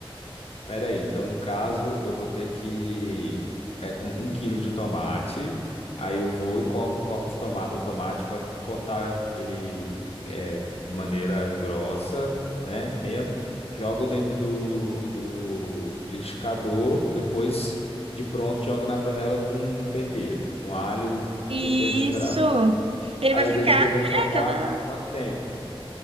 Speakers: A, on the left; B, on the right.
A: Pera aí, então no caso eu vou ter que. É com um quilo de tomate. Aí eu vou e cor- corto os toma- o tomate para cortar ele é, de maneira grossa, né? Mesmo. Jogo dentro do, do liquidificador. Depois, de pronto, jogo na panela com tempero, com alho
B: Isso.
A: e tempero no geral.
B: Ele
A: Aí
B: vai
A: eu
B: ficar,
A: deixo
B: né,
A: refogar
B: aquela.
A: por quanto tempo?